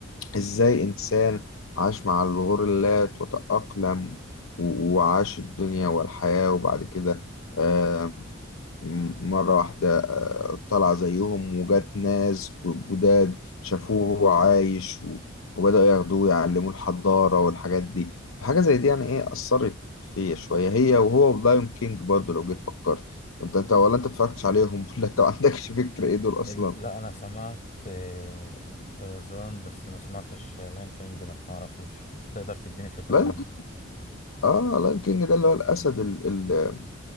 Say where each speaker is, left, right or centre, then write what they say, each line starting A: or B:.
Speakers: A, on the left; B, on the left.
A: ازاي انسان عاش مع الغوريلات وتاقلم و- وعاش الدنيا والحياه وبعد كده آه، م- مرة واحدة آه، طلع زيهم وجات ناس جداد شافوه وهو عايش و- وبدأوا ياخدوه يعلموه الحضارة والحاجات دي فحاجة زي دي يعني ايه أثرت فيا شوية هي وهو بلايون كينج برضو لو جيت فكرت انت انت ولا انت اتفرجتش عليهم <laughs> ولا انت ما عندكش فكرة ايه دول
B: ال-
A: أصلا
B: لا انا سمعت آه، طرزان بس ما سمعتش لاين كينج ده ما اعرفوش تقدر تديني فكرة
A: لايون
B: عنه
A: كينج اه لايون كينج ده اللي هو الأسد ال ال